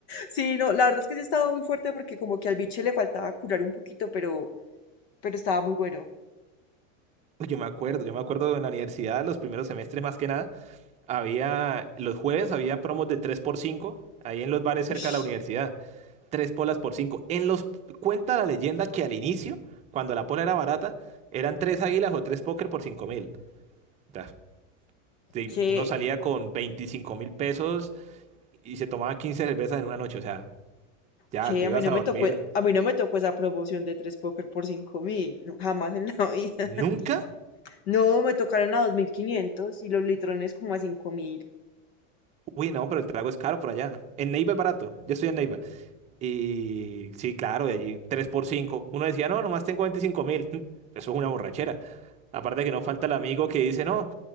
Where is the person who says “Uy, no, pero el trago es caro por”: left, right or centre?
Right